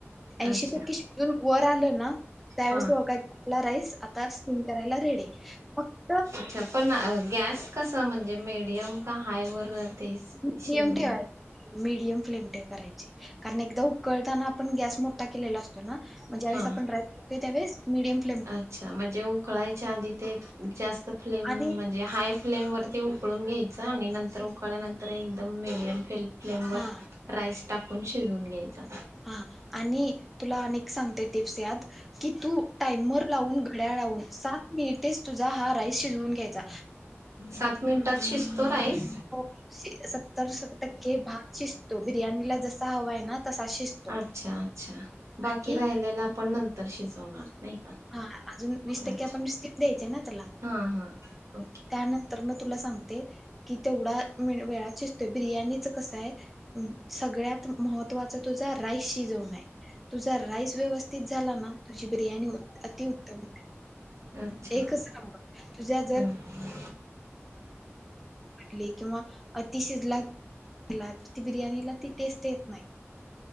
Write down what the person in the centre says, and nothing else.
<unintelligible>
वर आलं ना त्यावेळेस
ओळखायच आपला राईस आता सिम करायला रेडी फक्त
मीडियम ठेवायची
मीडियम फ्लेम ते करायची कारण एकदा उकळताना आपण गॅस मोठा केलेला असतो ना, <unintelligible>
आणि
हा
हा आणि तुला मी एक सांगते टिप्स यात की, तू टाइमर लावून, घड्याळ लावून सात मिनिटेस तुझा हा राईस शिजवून घ्यायचा.
हो, सत्तर टक्के भात शिजतो बिर्याणीला जसा हवा आहे ना तसा शिजतो.
आणि
हा अजून वीस टक्के
आपण स्टिम द्यायची आहे ना त्याला
त्यानंतर तर मी तुला सांगते. कि तेवढा वेळा शिजतोय. बिर्याणीच कसं आहे सगळ्यात महत्त्वाचं तुझा राईस शिजवणे आहे. तुझा राईस व्यवस्थित झाला ना तुझ बिर्याणी अतिउत्तम
एकच नंबर तुझ्या जर
किंवा अति शिजला गेला तर ती बिर्याणीला ती टेस्ट येत नाही.